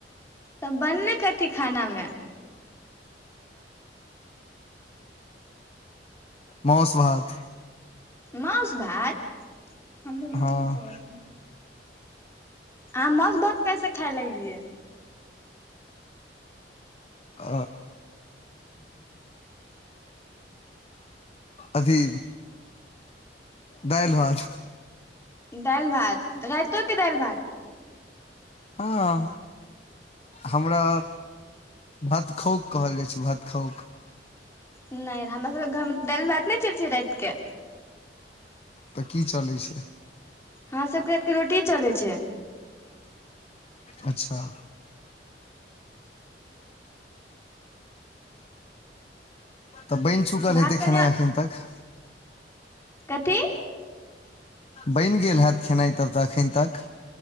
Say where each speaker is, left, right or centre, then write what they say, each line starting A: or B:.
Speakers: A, on the left; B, on the left.
A: तऽ बनलै कथि खाना मे
B: मौस भात।
A: मौस भात, हमरो
B: हँ
A: मछली चावल। अहाँ मौस भात, कहिआ खाय लगलियै
B: आ। अथि दलि भात।
A: दालि भात राइतो कऽ दालि भात।
B: हँ, हमरा भतखौ कहल जाइ छै ख
A: नहि हमरा सभके घर दालि भात नहि चल छै राति के
B: तऽ कि चलै छै।
A: हँ सभके रातिके रोटि चलै छै
B: अच्छा। तऽ बनि चुकाल
A: भात
B: हेतै
A: कनि
B: खेनाइ एखन तक
A: कथि
B: बनि गेल हैत खेनाइ तब त एखैन तक।